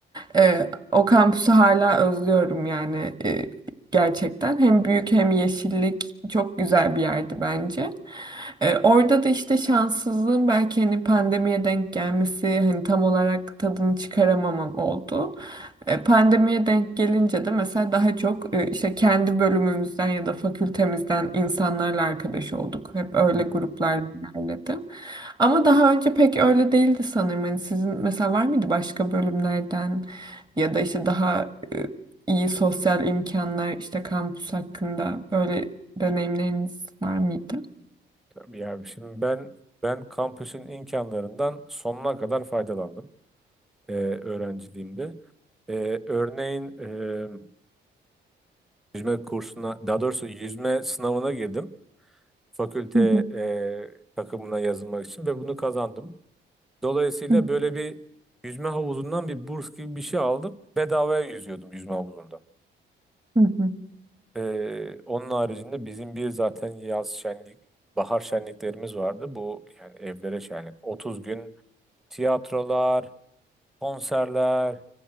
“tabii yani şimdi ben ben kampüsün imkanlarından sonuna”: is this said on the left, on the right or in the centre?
Centre